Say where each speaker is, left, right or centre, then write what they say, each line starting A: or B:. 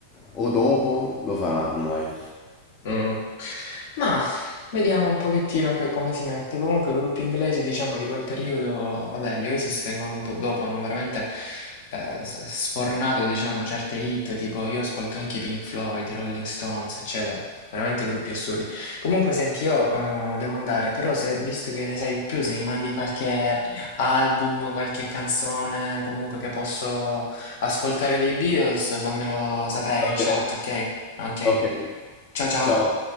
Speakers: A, on the left; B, on the left.
A: o dopo lo faranno, dai.
B: Mm. Ma vediamo un pochettino che come si mette. Comunque i gruppi inglesi, diciamo, di quel periodo, vabbè, gli Oasis vengono un po' dopo, hanno veramente eh, s- sfornato, diciamo, certe hit, tipo io ascolto anche i Pink Floyd, i Rolling Stones, eccetera. Veramente gruppi assurdi. Comunque, senti, io eh, devo andare, però se, visto che ne sai di più, se mi mandi qualche album, qualche canzone, comunque che posso ascoltare dei Beatles, fammelo sapere
A: Va
B: in chat,
A: bene.
B: ok? okay
A: Ok,
B: ciao ciao
A: ciao.